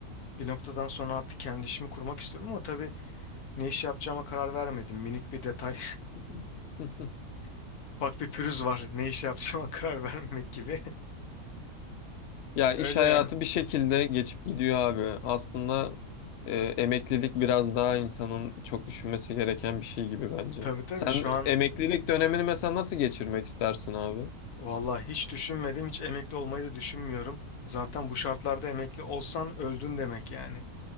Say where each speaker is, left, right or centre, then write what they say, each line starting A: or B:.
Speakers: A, on the left (about 80°); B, on the left (about 65°).
A: Bir noktadan sonra artık kendi işimi kurmak istiyorum ama tabii ne iş yapacağıma karar vermedim. Minik bir detay.
B: <laughs>
A: <laughs> Bak bir pürüz var. Ne iş yapacağıma <laughs> karar vermemek gibi.
B: Ya
A: <laughs>
B: iş
A: Öyle
B: hayatı
A: yani.
B: bir şekilde geçip gidiyor abi. Aslında e, emeklilik biraz daha insanın çok düşünmesi gereken bir şey gibi bence.
A: Tabii tabii
B: Sen
A: şu an
B: emeklilik dönemini mesela nasıl geçirmek istersin abi?
A: vallahi hiç düşünmedim. Hiç emekli olmayı da düşünmüyorum. Zaten bu şartlarda emekli olsan öldün demek yani.